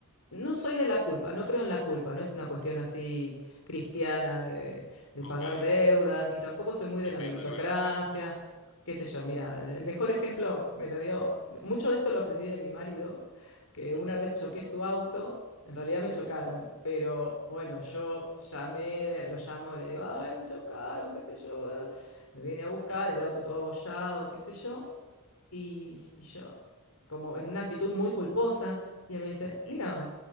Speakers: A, on the left; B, on the left.
A: no soy de la culpa, no creo en la culpa, no es una cuestión así cristiana de, de
B: Ok.
A: pagar deudas, ni tampoco soy muy
B: Entiendo,
A: de la meritocracia
B: claro.
A: qué sé yo, mira, el mejor ejemplo me lo dio, mucho de esto lo aprendí de mi marido, que
B: Ujú.
A: una vez choqué su auto, en realidad me chocaron,
B: Uh,
A: pero bueno, yo llamé, lo llamo, le digo, ay, me chocaron, qué sé yo, eh". me viene a buscar,
B: Sí.
A: el auto todo abollado, qué sé yo, y, y yo, como en una actitud muy culposa, y él me dice,
B: Mm,
A: mira,